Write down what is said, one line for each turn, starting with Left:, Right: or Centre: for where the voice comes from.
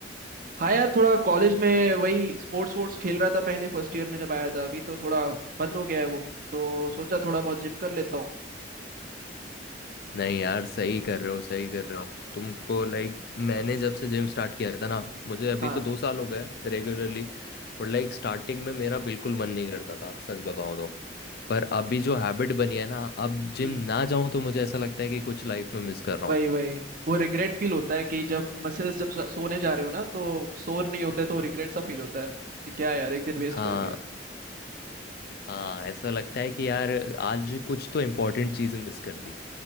Right: हाँ यार थोड़ा कॉलेज में वही स्पोर्ट्स वोर्ट्स खेल रहा था पहले फर्स्ट ईयर में जब आया था अभी तो थोड़ा बंद हो गया है वो तो सोचा थोड़ा बहुत जिम कर लेता हूँ
Left: नहीं यार सही कर रहे हो सही कर रहे हो तुमको लाइक मैंने जब से जिम स्टार्ट किया था ना मुझे अभी
Right: हाँ
Left: तो दो साल हो गए रेगुलरली बट लाइक स्टार्टिंग में मेरा बिल्कुल मन नहीं करता था सच बताऊं तो पर अभी जो हैबिट बनी है ना अब जिम
Right: हम्म
Left: ना जाऊं तो मुझे ऐसा लगता है कि कुछ लाइफ में मिस कर रहा
Right: वही
Left: हूँ
Right: वही वो रिग्रेट फील होता है कि जब मसल्स जब सो- सोने जा रहे हो ना तो सोर नहीं होते तो रिग्रेट सा फील होता है कि क्या यार एक दिन वेस्ट
Left: हाँ
Right: कर दिया
Left: हाँ ऐसा लगता है कि यार आज कुछ तो इम्पोर्टेंट चीज़ मिस कर दी